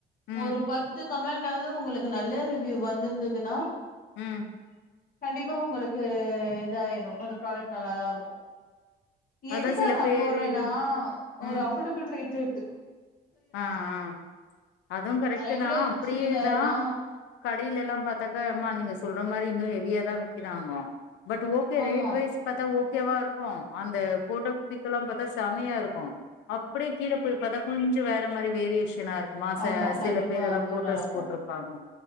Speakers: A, on the left; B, on the left.
A: ம்
B: ஒரு பத்து கமெண்ட்டாவது உங்களுக்கு நல்ல ரிவ்யூ வந்துருந்துனா
A: ம்
B: கண்டிப்பா உங்களுக்கு இதாயிரு அது பிராடெக்ட் நல்லாதா இருக்கு
A: அதா
B: எதுக்காக
A: சில
B: நா
A: பேரு
B: போறன்னா
A: இது
B: ஒரு
A: ம்
B: அபோர்டபுள் ரேட்டு து
A: ஆ ஆ அதுவும் கரெக்ட்டுதா
B: ரெகுலர்
A: அப்புடியேதா
B: சுடிதாருன்னா
A: கடைலெல்லாம் பாத்தாக்கா எம்மா நீங்க சொல்ற மாரி இன்னு ஹெவியா தா விக்கிறாங்கோ பட் ஓகே
B: ஆமா
A: ரேட் வைஸ் பாத்தா ஓக் ஓகே வா இருக்கு அந்த போட்டோ பிட்டெல்லா பாத்தா செமயா இருக்கு அப்புடியே கீழ போய் பாத்தா கொஞ்சோ வேற் ற மாரி வேரியேஷன் த்துனா இருக்குமா ச
B: ஆமா கண்டிப்பா
A: சில பேர்லா
B: அது
A: போட்டோஸ்
B: நடக்கு
A: போட்ருப்பாங்க